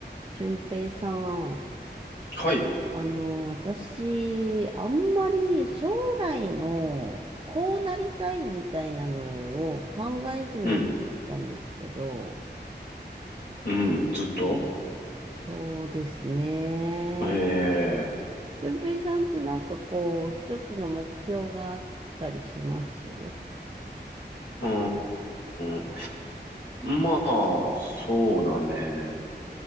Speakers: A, on the right (about 30°); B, on the left (about 75°).
A: 俊平さん、
B: はい。
A: あの、私、あんまり将来のこうなりたいみたいなのを考えずに生きてきたんですけど、
B: うん。うん。ずっと
A: しゅそうですね。
B: ええ
A: 俊平さんってなんかこう、一つの目標があったりします
B: うーん。まあ、そうだね。